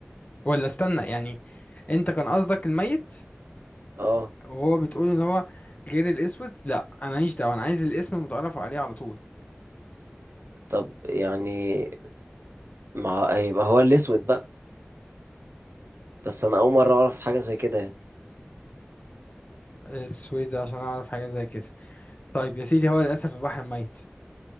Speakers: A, on the left; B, on the right.
A: ولا استنى يعني انت كان قصدك الميت
B: اه
A: وهو بتقول ان هو غير الاسود لا انا ماليش دعوه انا عايز الاسم المتعرف عليه على طول
B: طب يعني مع يبقى هو الاسود بقى بس انا اول مره اعرف حاجه زي كده يعني
A: اسود عشان اعرف حاجه زي كده طيب يا سيدي هو للاسف البحر الميت